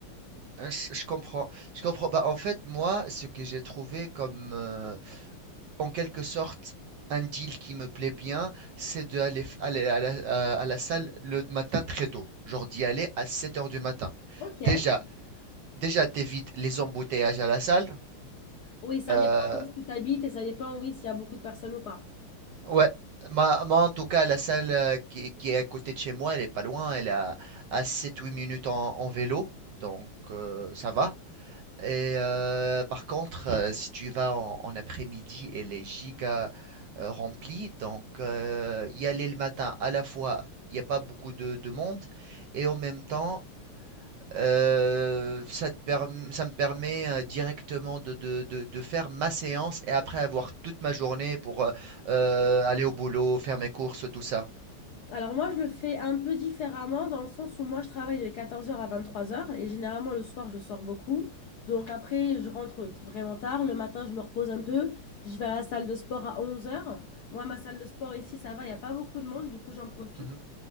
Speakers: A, on the right; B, on the left.
A: Euh, Je, je comprends. Je comprends. Bah, en fait, moi, ce que j'ai trouvé comme, euh, en quelque sorte, un deal qui me plaît bien, c'est d'aller f- aller à la, à la salle le matin très tôt, genre d'y aller à 7 heures du matin.
B: Ok.
A: Déjà, déjà, t'évites les embouteillages à la salle.
B: Oui, ça
A: Euh,
B: dépend où tu habites et ça dépend, oui, s'il y a beaucoup de personnes ou pas.
A: ouais, ma, moi en tout cas, la salle euh, qui, qui est à côté de chez moi, elle est pas loin, elle est à, à 7-8 minutes en, en vélo, donc euh, ça va. Et euh, par contre, euh, si tu vas en, en après-midi, elle est giga euh, remplie. Donc, euh, y aller le matin, à la fois, il n'y a pas beaucoup de, de monde. Et en même temps, euh, ça te perm- ça me permet euh, directement de, de- de- de faire ma séance et après avoir toute ma journée pour euh, euh, aller au boulot, faire mes courses, tout ça.
B: Alors moi, je le fais un peu différemment dans le sens où moi, je travaille de 14 heures à 23 heures et généralement le soir, je sors beaucoup. Donc après, je rentre t- vraiment tard. Le matin, je me repose un peu. Je vais à la salle de sport à 11 heures Moi, ma salle de sport ici, ça va, il n'y a pas beaucoup de monde, du coup, j'en profite.
A: Mhm.